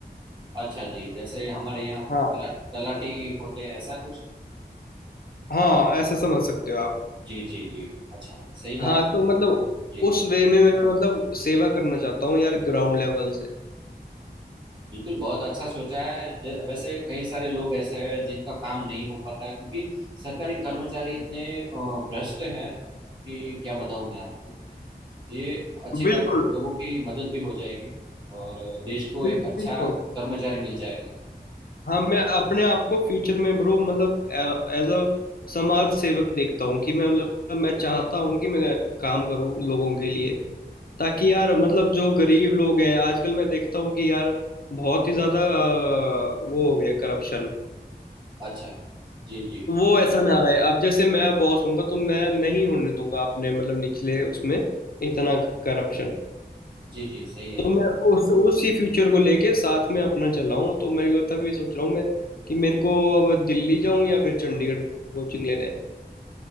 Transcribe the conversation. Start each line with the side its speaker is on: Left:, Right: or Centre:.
Right: अच्छा जी जैसे हमारे यहाँ तला-
Left: हाँ
Right: तलाटी होते हैं ऐसा कुछ
Left: हाँ ऐसा समझ सकते हो आप
Right: जी जी जी अच्छा सही
Left: हाँ
Right: बात है
Left: तो मतलब
Right: जी
Left: उस वे में मैं मतलब सेवा करना चाहता हूँ यार ग्राउंड लेवल से
Right: बिल्कुल बहुत अच्छा सोचा है ज, वैसे कई सारे लोग ऐसे हैं जिनका काम नहीं हो पाता है क्योंकि सरकारी कर्मचारी इतने अ, भ्रष्ट है कि क्या बताऊं मैं आपको ये अच्छी
Left: बिल्कुल
Right: बात है लोगों की मदद भी हो जाएगी और देश को
Left: बिल्कुल
Right: एक अच्छा
Left: bro।
Right: कर्मचारी मिल जाएगा
Left: हाँ मैं अपने आप को फ्यूचर में ब्रो मतलब एज अ समाज सेवक देखता हूँ कि मैं मतलब मैं चाहता हूँ कि मैं काम करूँ लोगों के लिए ताकि यार मतलब जो गरीब लोग हैं आजकल मैं देखता हूँ कि यार बहुत ही ज्यादा अ, वो हो गया करप्शन
Right: अच्छा जी जी
Left: वो ऐसा ना रहे अब जैसे मैं बॉस हूंगा तो मैं नहीं होने दूंगा अपने मतलब निचले उसमें इतना करप्शन
Right: जी जी सही है
Left: तो मैं उस उसी फ्यूचर को लेके साथ में अपना चला हूँ तो मेरे को तब ये सोच रहा हूँ मैं कि मेरे को अब दिल्ली जाऊँ या फिर चंडीगढ़ कोचिंग लेने